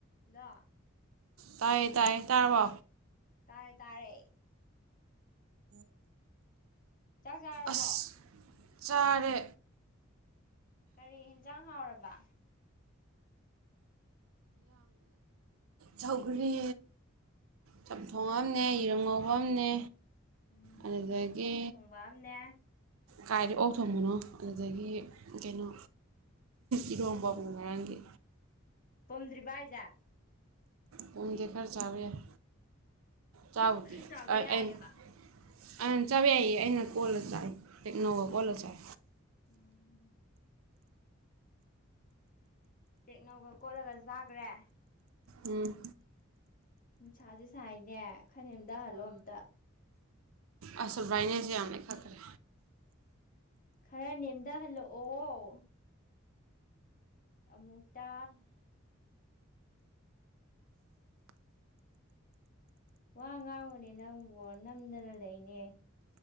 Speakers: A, on the left (about 40°); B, on the right (about 85°).
A: hello
B: ꯇꯥꯏꯌꯦ ꯇꯥꯏꯌꯦ ꯇꯥꯔꯕꯣ
A: ꯇꯥꯔꯦ ꯇꯥꯔꯦ ꯆꯥꯛ ꯆꯥꯔꯕꯣ
B: ꯑꯁ ꯆꯔꯦ
A: ꯀꯔꯤ ꯌꯦꯟꯖꯥꯡ ꯍꯥꯎꯔꯕ
B: ꯁꯥꯎꯒꯔꯤ ꯆꯝꯊꯣꯡ ꯑꯃꯅꯦ ꯌꯦꯔꯨꯝ ꯉꯧꯕ ꯑꯃꯅꯦ
A: ꯎꯝ
B: ꯑꯗꯨꯗꯗꯒꯤ
A: ꯑꯣꯛ ꯊꯣꯡꯕ ꯑꯝꯅꯦ
B: ꯀꯥꯏꯗ ꯑꯣꯛ ꯊꯣꯡꯕꯅꯣ ꯑꯗꯨꯗꯒꯤ ꯀꯩꯅꯣ ꯏꯔꯣꯝꯕꯥꯎꯕꯨ ꯉꯔꯥꯡꯒꯦ
A: ꯇꯣꯝꯗ꯭ꯔꯤꯕ ꯑꯩꯖꯥ
B: ꯄꯨꯡꯗꯤ ꯈꯔ ꯆꯥꯕ ꯌꯥꯏ ꯆꯥꯕꯗꯤ
A: ꯏꯁ ꯈꯔ ꯆꯥꯕ
B: ꯑꯩꯅ
A: ꯌꯥꯏꯌꯦꯕ
B: ꯑ ꯆꯥꯕ ꯌꯥꯏꯌꯦ ꯑꯩꯅ ꯀꯣꯜꯂ ꯆꯥꯏ ꯏꯦꯛꯅꯣꯒ ꯀꯣꯜꯂ ꯆꯥꯏ
A: ꯎꯝ ꯇꯦꯛꯅꯧꯒ ꯀꯣꯠꯂꯒ ꯆꯥꯈ꯭ꯔꯦ
B: ꯎꯝ
A: ꯅꯨꯡꯁꯥꯁꯦ ꯁꯥꯏꯅꯦ ꯈꯅꯦꯛꯝꯇꯍꯜꯂꯣ ꯑꯝꯇ
B: ꯑꯁꯜ ꯕꯥꯏꯅꯦꯁꯦ ꯌꯥꯝꯅ ꯈꯛꯈ꯭ꯔꯦ
A: ꯈꯔ ꯅꯦꯝꯊꯍꯜꯂꯛꯑꯣ ꯑꯃꯨꯛꯇ ꯋꯥ ꯉꯥꯡꯕꯨꯅꯦ ꯅꯪꯕꯨ ꯅꯝꯗꯅ ꯂꯩꯅꯦ